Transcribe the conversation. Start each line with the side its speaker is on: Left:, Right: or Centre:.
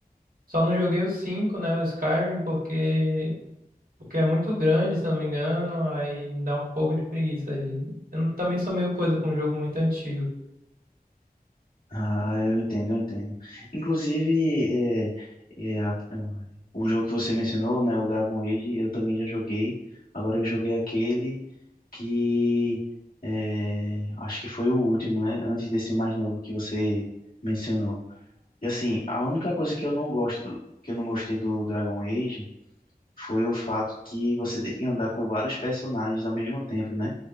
Right: Só não joguei o 5, né? O Skyrim, porque, porque é muito grande, se não me engano. Aí me dá um pouco de preguiça aí. Eu não- também sou meio coisa com um jogo muito antigo.
Left: Ah, eu entendo, eu entendo. Inclusive, é, é, a- o jogo que você mencionou, né, o Dragon Age, eu também já joguei. Agora eu joguei aquele que é, acho que foi o último, né, antes desse mais novo que você mencionou. E assim, a única coisa que eu não gosto, que eu não gostei do Dragon Age foi o fato que você tem que andar com vários personagens ao mesmo tempo, né?